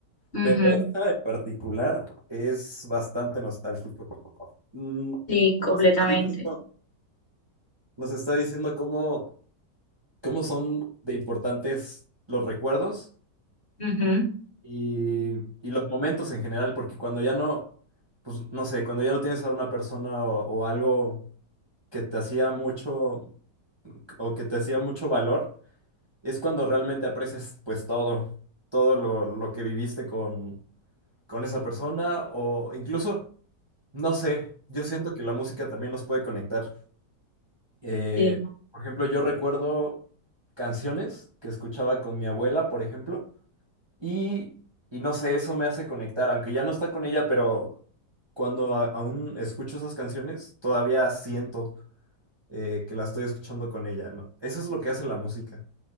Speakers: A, on the left; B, on the right.
A: Ujú,
B: Pero esta en particular es bastante nostálgico. Mm,
A: Sí,
B: Nos
A: completamente.
B: está diciendo, nos está diciendo cómo, cómo son de importantes los recuerdos
A: Ujú,
B: y, y los momentos en general, porque cuando ya no, pues no sé, cuando ya no tienes a una persona o, o algo que te hacía mucho o que te hacía mucho valor, es cuando realmente aprecias pues todo, todo lo, lo que viviste con, con esa persona o incluso... No sé, yo siento que la música también nos puede conectar. Eh,
A: Sí.
B: por ejemplo, yo recuerdo canciones que escuchaba con mi abuela, por ejemplo, y, y no sé, eso me hace conectar, aunque ya no está con ella, pero cuando a- aún escucho esas canciones, todavía siento eh, que la estoy escuchando con ella, ¿no? Eso es lo que hace la música.